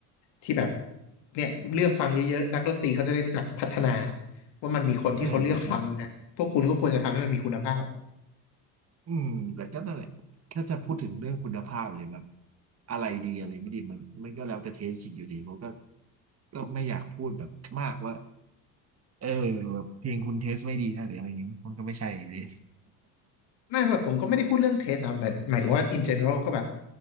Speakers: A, on the left; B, on the right.
A: ที่แบบเนี่ยเลือกฟังเยอะๆนักดนตรีเขาจะได้รู้จักพัฒนาว่ามันมีคนที่เขาเลือกฟังอยู่นะพวกคุณก็ควรจะทำให้มันมีคุณภาพ
B: เออ อืมแต่ก็นั่นแหละถ้าจะพูดถึงเรื่องคุณภาพเลยแบบอะไรดีอะไรไม่ดีมันมันก็แล้วแต่เทสอีกอยู่ดีเพราะก็ก็ไม่อยากพูดแบบมากว่าเออแบบเพลงคุณเทสไม่ดีนะหรืออะไรอย่างเงี้ยมันก็ไม่ใช่ <laughs> อยู่ดี
A: ไม่แบบผมก็ไม่ได้พูดเรื่องเทสครับหมายหมายถึงว่า in general ก็แบบ